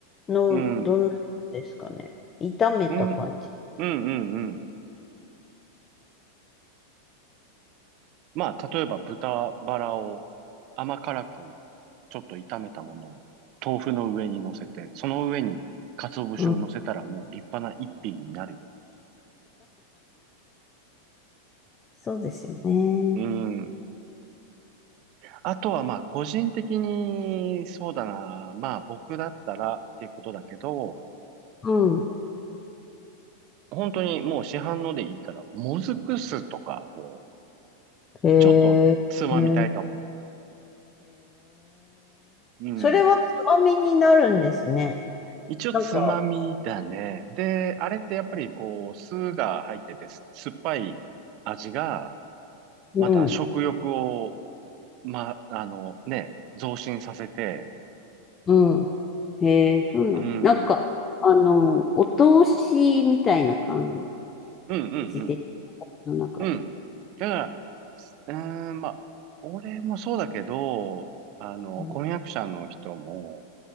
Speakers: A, on the left; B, on the right.
A: の、
B: うん、
A: どんなやつですかね。
B: うん、
A: 炒めた感じ。
B: うん、うん、うん。まあ、例えば豚バラを甘辛くちょっと炒めたものを豆腐の上に乗せて、その上に鰹節を乗せたらもう立派な一品になるよ。
A: うん。そうですよね。
B: うん。あとはまあ、個人的に、そうだな、まあ僕だったらっていうことだけど、
A: うん。
B: 本当にもう市販のでいいから、もずく酢とかを、
A: へ
B: ちょっとつまみたいかも。
A: え、へえ、
B: うん。
A: それはつまみになるんですね。
B: 一応つまみだね。
A: なんか、
B: で、あれってやっぱりこう、酢が入ってて、酸っぱい味が、
A: うん、
B: また食欲を、ま、あのね、増進させて、
A: うん。へえ、そうなんだ。
B: うん、うん
A: なんか、あの、お通しみたいな感
B: うんうん。
A: じで、の中で。
B: うん。だから、すうーん、まあ、俺もそうだけど、あの、
A: うん。
B: 婚約者の人も、